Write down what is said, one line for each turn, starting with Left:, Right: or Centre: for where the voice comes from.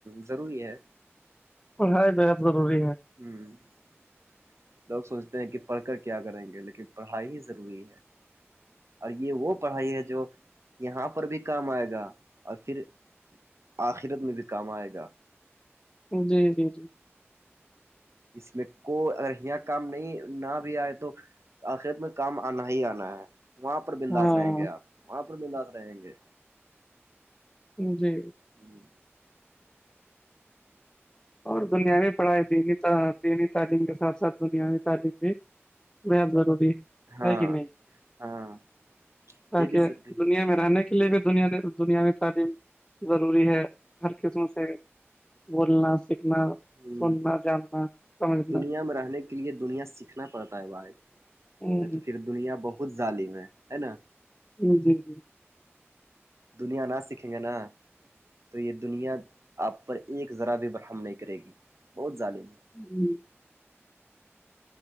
Right: ضروری ہے
Left: پڑھائی بے حد ضروری ہے
Right: <inaudible> لوگ سوچتے ہیں کہ پڑھ کر کیا کریں گے لیکن پڑھائی ہی ضروری ہے اور یہ وہ پڑھائی ہے جو یہاں پر بھی کام آئے گا اور پھر آخرت میں بھی کام آئے گا
Left: جی جی جی
Right: اس میں کو اگر یہاں کام نہیں نہ بھی آئے تو آخرت میں کام آنا ہی آنا ہے وہاں پر بنداس
Left: ہاں
Right: رہیں گے آپ وہاں پر بنداس رہیں گے
Left: جی
Right: ہوں
Left: اور دنیاوی پڑھائی دینی دینی تعلیم کے ساتھ ساتھ دنیاوی تعلیم بھی بے ہد ضروری
Right: ہاں
Left: ہے کہ نہیں
Right: ہاں
Left: تاکہ
Right: یہ بھی ضروری
Left: دنیا میں رہنے کے لیے بھی دنیا دنیاوی تعلیم ضروری ہے ہر قسم سے بولنا سیکھنا
Right: ہ
Left: سننا جاننا سمجھنا
Right: دنیا میں رہنے کے لیے دنیا سیکھنا پڑتا ہے بھائی
Left: ہ
Right: میں تو پھر دنیا بہت ظالم ہے ہے نا
Left: جی جی جی
Right: دنیا نہ سیکھیں گے نا تو یہ دنیا آپ پر ایک ذرا بھی برہم نہیں کرے گی بہت ظالم ہے
Left: ہوں